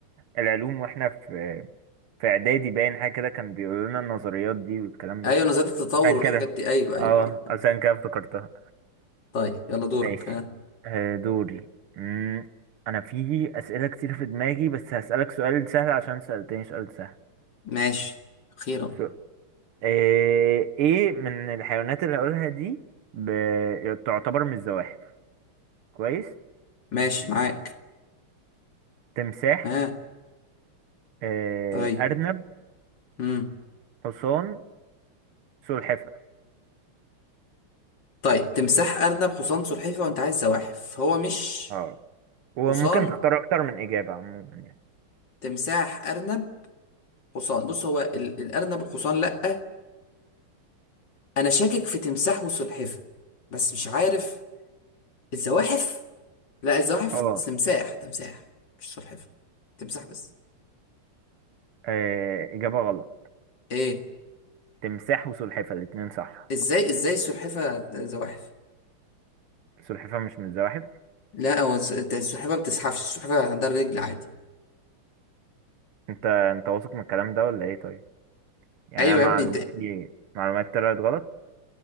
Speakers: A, on the right; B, on the left.
A: العلوم واحنا في في اعدادي باين حاجه كده كان بيقولوا لنا النظريات دي والكلام ده
B: ايوه نظرية التطور
A: عشان
B: والحاجات
A: كده
B: دي ايوه
A: اه
B: ايوه اه أيوة.
A: عشان كده افتكرتها
B: طيب يلا دورك
A: ماشي
B: ها
A: آه، دوري مم، انا في اسئله كتير في دماغي بس هسالك سؤال سهل عشان سالتني سؤال سهل
B: ماشي اخيرا
A: س- آه، ايه من الحيوانات اللي هقولها دي ب... تعتبر من الزواحف كويس
B: ماشي معاك
A: تمساح
B: ها
A: آه،
B: طيب
A: ارنب
B: امم
A: حصان سلحفة
B: طيب تمساح ارنب حصان سلحفة وانت عايز زواحف هو مش
A: اه وممكن
B: حصان
A: تختار اكتر من اجابة عموما يعني
B: تمساح ارنب حصان بص هو ال- الارنب والحصان لا انا شاكك في تمساح وسلحفة بس مش عارف الزواحف لا الزواحف
A: اه
B: تمساح تمساح مش سلحفة تمساح بس
A: آه، اجابة غلط
B: ايه
A: تمساح وسلحفة الاتنين صح
B: ازاي ازاي السلحفة زواحف
A: سلحفة مش من الزواحف
B: لا هو الس- السلحفة ما بتزحفش السلحفة عندها رجل عادي
A: انت انت واثق من الكلام ده ولا ايه طيب يعني
B: ايوه
A: أنا معلوماتي
B: يا ابني انت
A: معلومات طلعت غلط